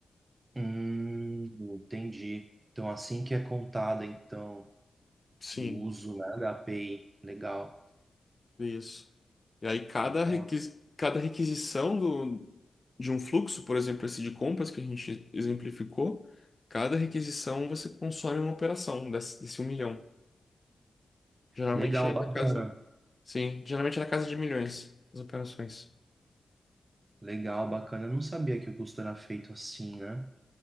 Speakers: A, on the right; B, on the left.
A: Hum, entendi. Então, assim que é contada, então,
B: Sim,
A: o uso, né, da API. Legal,
B: isso. E aí, cada,
A: legal.
B: requis, cada requisição do, de um fluxo, por exemplo, esse de compras que a gente exemplificou, cada requisição você consome uma operação desse, desse um milhão. Geralmente
A: Legal,
B: é na
A: bacana.
B: casa. Sim, geralmente é na casa de milhões as operações.
A: Legal, bacana. Eu não sabia que o custo era feito assim, né?